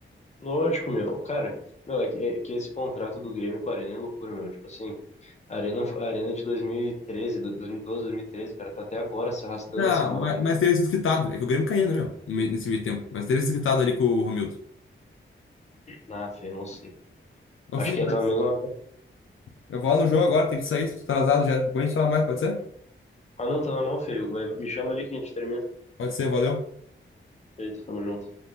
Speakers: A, on the left; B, on the left.
A: Lógico, meu. Cara, meu, é que, é que esse contrato do Grêmio com a Arena é loucura, meu. Tipo assim, a Arena, a Arena é de 2013, do- 2012, 2013, cara, tá até agora se arrastando
B: Ah,
A: essa mão
B: mas,
A: aí,
B: mas
A: meu.
B: teria sido quitado. É que o Grêmio caiu, né, meu? No meio- Nesse meio tempo. Mas teria sido quitado ali com o Romildo.
A: Na fé, não sei.
B: Ô,
A: Acho
B: Fê,
A: que
B: mas
A: ia estar na mesma.
B: eu vou lá no jogo agora, tem que sair, tô atrasado já. Depois a gente fala mais, pode ser?
A: Ah, não, tá na mão, feio. Vai- Me chama ali que a gente termina.
B: Pode ser, valeu.
A: Feito, tamo junto.